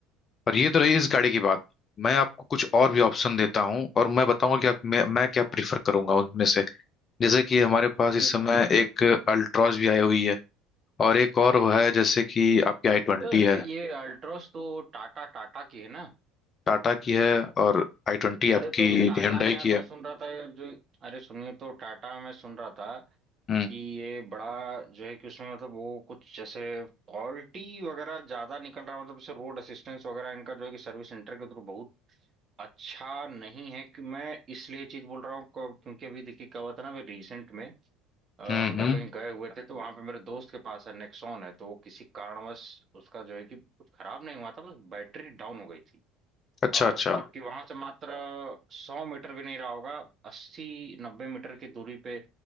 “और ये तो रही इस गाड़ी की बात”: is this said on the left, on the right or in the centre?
Left